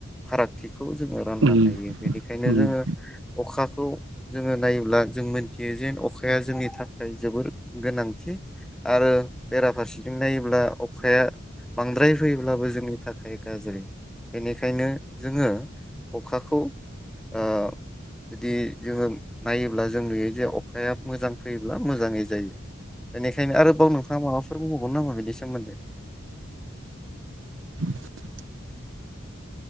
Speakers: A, in the centre; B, on the right.
A: फारागथिग खौ जोङो राननो
B: उम
A: हायो। बेनिखायनो
B: उम
A: जोङो अखाखौ जोङो नायोब ब्ला जों मिथियो जेन अखाया जोंनि थाखाय जोबोर गोनांथि आरो बेराफारसेथिं नायोब्ला अखाया बांद्राय फैयोब्लाबो जोंनि थाखाय गाज्रि बेनिखायनो जोङो अखाखौ। ओ जुदि जोङो नायोब्ला जों नुयो जे अखाया मोजां फैयोब्ला मोजाङै जायो बेनिखायनो आरोबाव नोंथाङा माबाफोर बुंबावगोन नामा बेनि सोमोन्दै।
B: <inaudible>